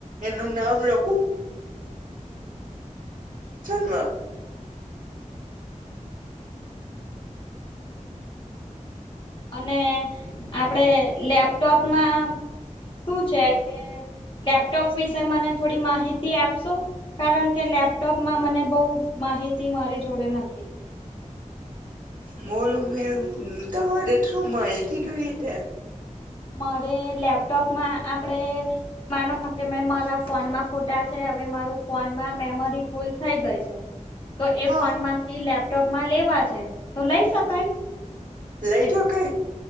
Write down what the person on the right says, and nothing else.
એનું નામ લખું <unintelligible>
બોલો મેમ તમારે શું માહિતી જોઈ તે?
હા
લઈ થકાઇ.